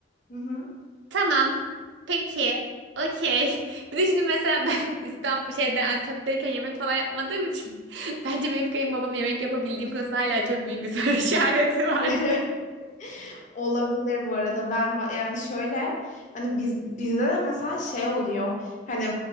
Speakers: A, on the left; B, on the right.
A: Hı hı.
B: Tamam. Peki. Okey. <laughs> Bir de şimdi mesela ben <laughs> İstanbul şeyde Antep'teyken yemek falan yapmadığım için <laughs> bence benim kayınbabam yemek yapabildiğim konusunda hala çok büyük bir <laughs> soru işareti var.
A: <laughs> Olabilir bu arada. Ben ba- yani şöyle hani biz bizde de mesela şey oluyor. Hani